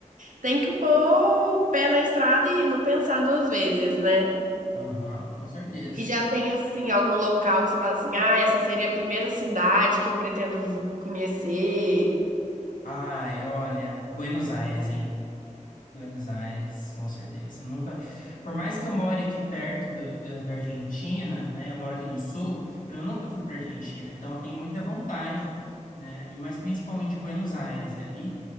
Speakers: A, on the right; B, on the left.
A: tem que pôr o pé na estrada e não pensar duas vezes, né?
B: Aham, com certeza.
A: E já tem, assim, algum local que você fala assim, ah, essa seria a primeira cidade que eu pretendo conhecer.
B: Ai, olha, Buenos Aires, hein? Buenos Aires, com certeza. Eu nunca, por mais que eu more aqui perto do- eh, da Argentina, né? Eu moro aqui no sul, eu nunca fui para Argentina, então eu tenho muita vontade, né? E mas principalmente Buenos Aires ali.